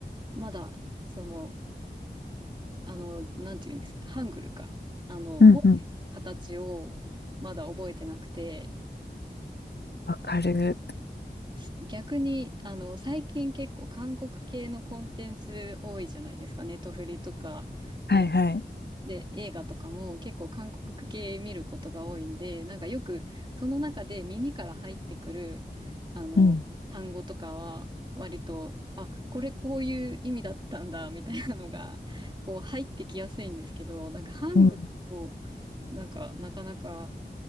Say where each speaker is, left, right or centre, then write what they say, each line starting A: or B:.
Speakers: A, on the right (about 25°); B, on the left (about 70°).
A: まだ、その、あの、なんていうんです、ハングルか。あの、
B: うんうん。
A: 文字の形をまだ覚えてなくて、
B: わかる。
A: す逆に、あの、最近結構韓国系のコンテンツ多いじゃないですか。ネトフリとか、
B: はいはい。
A: いろで、映画とかも結構韓国系見ることが多いんで、なんかよくその中で耳から入ってくる、あの、
B: うん。
A: 単語とかは割と、あ、これこういう意味だったんだ、みたいなのが、こう入ってきやすいんですけど、なんかハングルを、
B: うん。い
A: なんかなかなか、